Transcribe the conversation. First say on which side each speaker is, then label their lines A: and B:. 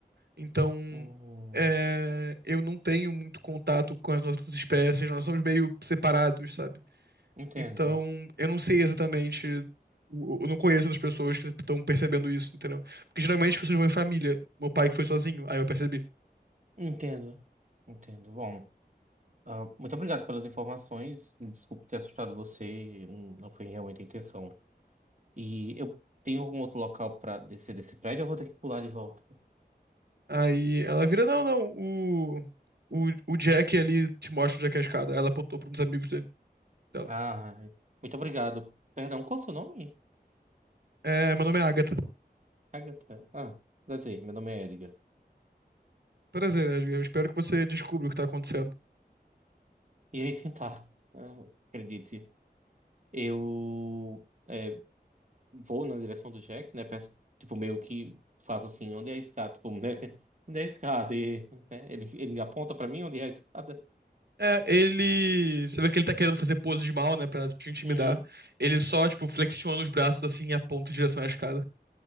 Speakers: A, on the right (about 70°); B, on the right (about 45°).
A: Então,
B: Hum,
A: é, eu não tenho muito contato com as outras espécies. Nós somos meio separados, sabe?
B: entendo,
A: Então, eu não sei exatamente. Eu eu não conheço as pessoas que estão percebendo isso, entendeu? Porque geralmente as pessoas vão em família. Meu pai que foi sozinho, aí eu percebi.
B: entendo, entendo. Bom, ah, muito obrigado pelas informações. Me Desculpe ter assustado você, hum, não foi realmente a intenção. E eu tenho algum outro local para descer desse prédio? Eu vou ter que pular de volta.
A: Aí ela vira, não, não, o, o, o Jack ali te mostra o Jack a escada. Ela apontou para uns amigos dele, dela.
B: Ah, muito obrigado. Perdão, qual o seu nome?
A: É, meu nome é Agatha.
B: Agatha. Ah, prazer, meu nome é Edgar.
A: Prazer, Edgar. Eu espero que você descubra o que tá acontecendo.
B: Irei tentar, ah, acredite. Eu é, vou na direção do Jack, né? Peço, tipo, meio que faço assim, onde é a escada? Tipo, <laughs> né? Onde é a escada? E, né, Ele, ele me aponta pra mim onde é a escada.
A: É, ele. Você vê que ele tá querendo fazer pose de mal, né? Pra te intimidar.
B: Uhum.
A: Ele só, tipo, flexiona os braços assim e aponta em direção à escada.